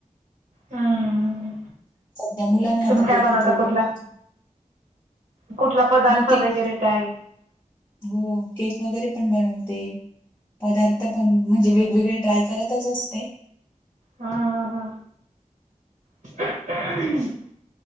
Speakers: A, on the right; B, on the left.
A: हम्म.
B: त्या मुलांना
A: तुम्ही
B: आता
A: काय
B: बेकरी
A: बनवता
B: प्रॉडक्ट
A: कुठला कुठला पदार्थ
B: केक
A: वगैरे काय?
B: हो, केक वगैरे पण बनवते. पदार्थ पण म्हणजे, वेगवेगळे ट्राय करतच असते.
A: हा, हा. <unintelligible>